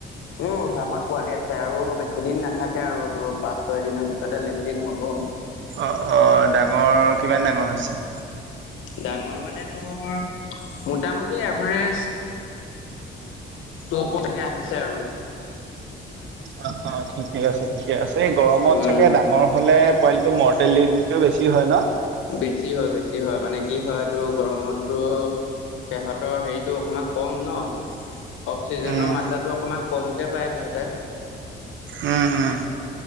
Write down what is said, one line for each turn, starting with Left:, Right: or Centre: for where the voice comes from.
Left: উম ফাৰ্মত পোৱালি আছে আৰু বেছি দিন নাথাকে আৰু তোৰ পাঁচ ছয় দিনৰ পিছতে লিফ্টিং হ'ব
Right: অ অ ডাঙৰ কিমান ডাঙৰ হৈছে
Left: ডাঙৰ মানে তোৰ মোটামুটি এভাৰেজ তপচকে আহিছে আৰু
Right: অ অ ঠিকে আছে ঠিকে আছে এই গৰমত
Left: উম
Right: চাগে ডাঙৰ হলে পোৱালিটো মৰ্টেলিটিটো বেছি হয় ন
Left: বেছি হয় বেছি হয় মানে কি হয় তো গৰমতটো সিহঁতৰ হেৰিটো অকণমান কম ন অক্সিজেনৰ
Right: উম
Left: মাত্ৰাটো অকণমান কমকে পায় সিহঁতে
Right: উম উম